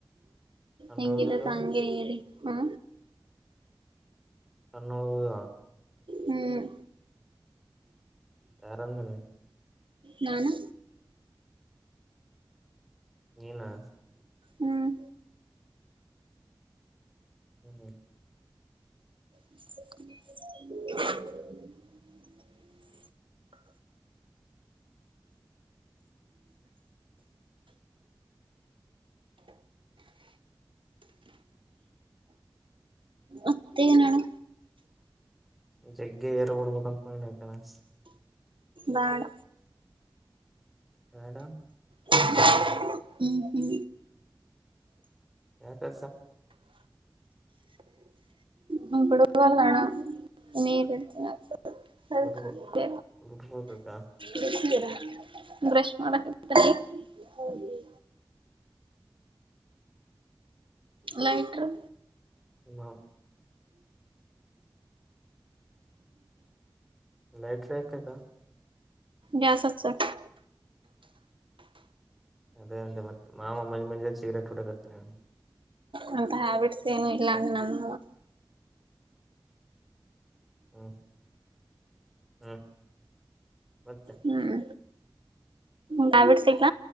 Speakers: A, in the centre; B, on the right.
A: ಕಣ್ಣೊಳಗೋಗ್ಯವ
B: ಹೆಂಗಿಲ್ಲ ಹಂಗೆ ಇದೀನಿ ಹ್ಮ
A: ಕಣ್ಣೂರು
B: ಹ್ಮ್
A: ಯಾರಂಗೆ ನೀನು
B: ನಾನು
A: ನೀನಾ
B: ಹ್ಮ್
A: <inaudible>
B: <inaudible> <unintelligible> ಮತ್ತೆ ಏನು ಅಣ್ಣ
A: ಜಗ್ಗೆ ಏರ್ ಬಿಡ್ಬೇಕಂತ ಆಸೆ
B: ಬೇಡ
A: ಬೇಡ ಹ್ಮ್
B: ಹ್ಮ ಹ್ಮ
A: ಯಕೆ
B: ಹ್ಮ ಬಿಳಬಲ್ಣ ನೀರುಡ್ತನ <unintelligible>
A: ಬಿಡ್ಬ ಬಿಡ್ಬೇಕಕ್ಕ
B: ಬಿಸಿನೀರ ಬ್ರಷ್ ಮಾಡಕ್ಕೆ ಹೋಗಿತಿಯ ಲೈಟರು
A: ನೋ ಲೈಟರ್ ಯಾಕಿಗ
B: ಗ್ಯಾಸ್ ಹಚ್ಚಕ್ಕೆ
A: ಅದೇ ಅಂದೆ ಮತ್ತೆ ಮಾಮ ಮಂಜಿ ಮಂಜ ಸಿಗ್ರೇಟ್ ಹುಡಕತ್ತೆ
B: ಅಂತ ಹ್ಯಾಬಿಟ್ಸ್ ಏನು ಇಲ್ಲ ನಮ್ಮ
A: ಹ್ಮ್ ಹ್ಮ್ ಮತೆ
B: ಹ್ಮ್
A: <inaudible>
B: ಹ್ಯಾಬಿಟ್ಸ್ ಇಲ್ಲ